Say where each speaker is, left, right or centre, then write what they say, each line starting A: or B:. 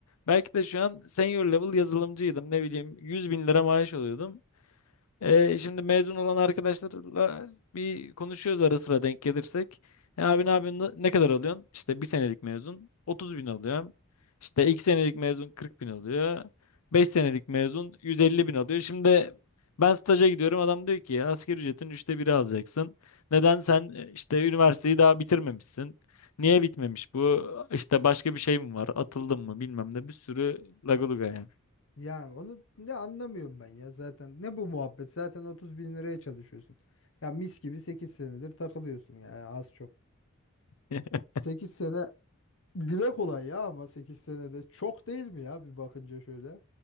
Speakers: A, on the left (about 85°); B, on the left (about 60°).
A: belki de şu an senior level yazılımcıydım. Ne bileyim yüz bin lira maaş alıyordum. Ee, şimdi mezun olan arkadaşlarla bir konuşuyoruz ara sıra denk gelirsek. E, abi ne yapıyorsun? Ne kadar alıyorsun? İşte bir senelik mezun 30 bin alıyorum. İşte iki senelik mezun 40 bin alıyor. 5 senelik mezun 150 bin alıyor. Şimdi ben staja gidiyorum. Adam diyor ki asgari ücretin üçte biri alacaksın. Neden sen e, işte üniversiteyi daha bitirmemişsin? Niye bitmemiş bu? İşte başka bir şey mi var? Atıldın mı? Bilmem ne. Bir sürü lagaluga yani.
B: Ya onu ne anlamıyorum ben ya zaten. Ne bu muhabbet? Zaten 30 bin liraya çalışıyorsun. Ya mis gibi 8 senedir takılıyorsun ya az çok.
A: <laughs>
B: sekiz sene dile kolay ya ama 8 senede çok değil mi ya bir bakınca şöyle.